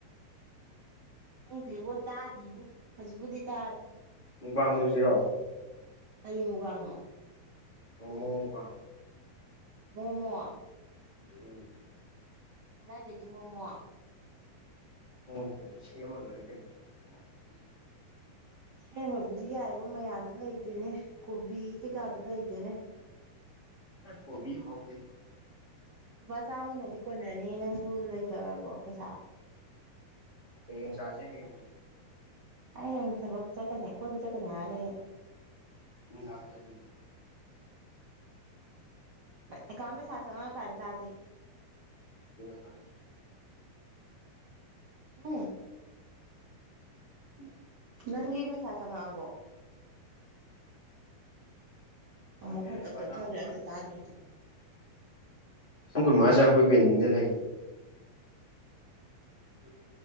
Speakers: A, on the right; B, on the left.
A: ꯈꯪꯗꯦꯕꯣ ꯇꯥ ꯗꯔꯤꯕꯣ ꯍꯧꯖꯤꯕꯨꯗꯤꯇꯥꯔꯦ
B: ꯃꯨꯛꯕꯥꯡ ꯇꯧꯁꯤꯔꯣ
A: ꯀꯔꯤ ꯃꯨꯛꯕꯥꯡꯅꯣ
B: ꯃꯣꯃꯣ ꯃꯨꯛꯕꯥꯡ
A: ꯃꯣꯃꯣ
B: ꯎꯝ
A: ꯀꯗꯥꯏꯗꯒꯤ ꯃꯣꯃꯣ
B: ꯎ ꯀꯅꯤ ꯁꯤ ꯑꯃꯗꯔꯦ ꯀꯅꯤ <inaudible>
A: ꯁꯦꯝꯃꯕꯨꯗꯤ ꯌꯥꯏꯕ ꯃꯌꯥꯝꯗꯨ ꯂꯩꯇꯦꯅꯦ ꯀꯣꯕꯤ ꯀꯩꯀꯥꯗꯨ ꯂꯩꯇꯦꯅꯦ
B: ꯀꯣꯕꯤ ꯍꯥꯎ ꯐ
A: ꯂꯨꯄꯥ ꯆꯥꯝꯃꯅꯗꯤ ꯀꯣꯟꯅꯅꯤ ꯅꯪꯕꯨ ꯂꯩꯖꯔꯕꯣ ꯄꯩꯁꯥ
B: ꯍꯌꯦꯡ ꯆꯥꯁꯦ ꯍꯌꯦꯡ
A: ꯑꯩ ꯍꯌꯦꯡ ꯊꯕꯛ ꯆꯠꯀꯅꯤ ꯀꯣꯏꯕ ꯆꯠꯀꯅꯤ ꯍꯥꯏꯔꯒ ꯑꯩ
B: ꯅꯨꯡꯗꯥꯡꯗꯗꯤ
A: ꯑꯦ ꯑꯦꯀꯥꯎꯟ ꯄꯩꯁꯥ ꯆꯪꯉꯛꯑꯀꯥꯟ ꯆꯥꯁꯦ
B: ꯑꯗꯨꯅ ꯐꯔꯦ
A: ꯎꯝ
B: ꯎꯝ
A: ꯅꯪꯒꯤ ꯄꯩꯁꯥ ꯆꯪꯉꯛꯑꯕꯣ
B: ꯆꯪꯉꯛꯇ꯭ꯔꯤꯌꯦ
A: ꯑꯃꯨꯛ ꯈꯪꯇꯞ
B: ꯂꯨꯄꯥ
A: ꯇꯞꯊꯈ꯭ꯔꯦ
B: ꯆꯥꯝ ꯀꯨꯟꯃꯉꯥ
A: ꯑꯝꯇ ꯇꯥꯗ꯭ꯔꯦ ꯇꯨ
B: ꯆꯥꯝꯀꯨꯟ ꯃꯉꯥ ꯆꯥꯃꯈꯣꯏ ꯄꯦꯟꯗꯤꯡ ꯂꯩ ꯎꯝ